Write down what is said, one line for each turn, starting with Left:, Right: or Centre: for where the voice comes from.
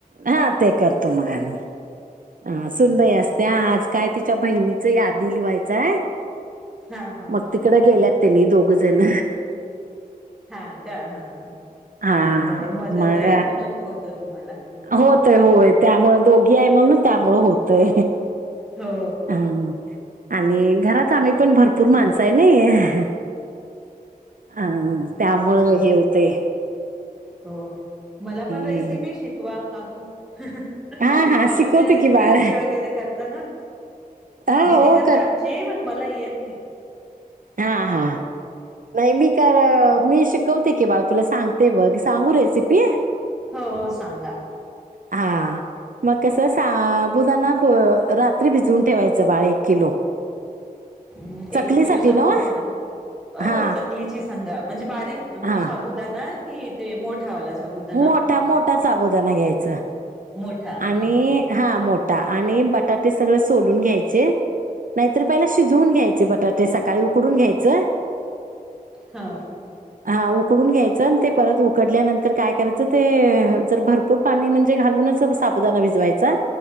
Right: हा ते करतो मग आणि अ सुनबाई असते आज काय तिच्या बहिणीच याद दिली व्हायचा आहे.
Centre: हा हा
Right: मग तिकड गेल्यात. त्यांनी दोघ जण
Centre: हा का हा हा
Right: हा
Centre: बरं आहे मदत
Right: मग
Centre: आहे म्हणून होत तुम्हाला पटकन
Right: होतय होय त्यामुळे दोघी आहे म्हणून हो होतय
Centre: हो
Right: हान आणि आम्ही पण भरपूर माणस आहे नाहीये. हा त्यामुळ
Centre: ते
Right: हे होतय.
Centre: हो मला
Right: हम्म
Centre: पण रेसिपी शिकवा. <unintelligible>
Right: हा हा
Centre: साबुदाण्याची
Right: शिकवते की बाळ
Centre: चकली वगैरे करता ना?
Right: हा
Centre: दिदी
Right: हो
Centre: करते आमची पण मला येत नाही.
Right: हां हां. नाही मी <unintelligible> मी शिकवते की बाळ तुला सांगते बघ सांगू रेसिपी?
Centre: हो सांगा.
Right: हां मग कसं साबुदाना अ रात्री भिजवून ठेवायचं बाळ एक किलो.
Centre: हम्म
Right: चकलीसाठी
Centre: एक किलो साबुदाणा
Right: नव्ह
Centre: अ
Right: हा
Centre: हो चकलीची सांगा म्हणजे बारीक अ
Right: हा
Centre: साबुदाणा ना की ते मोठावाला साबुदाणा
Right: मोठा मोठा साबुदाणा घ्यायचा
Centre: मोठा
Right: आणि
Centre: हा
Right: हां मो आणि बटाटे सगळ सोलून घ्यायची, नाहीतर पहिला शिजवून घ्यायचे बटाटे सकाळी उकडून घ्यायच.
Centre: हा.
Right: हा उकडून घ्यायचं आणि ते परत उकडल्या नंतर काय करायचं ते जर भरपूर पाणी म्हणजे घालूनच, साबुदाना भिजवायचा.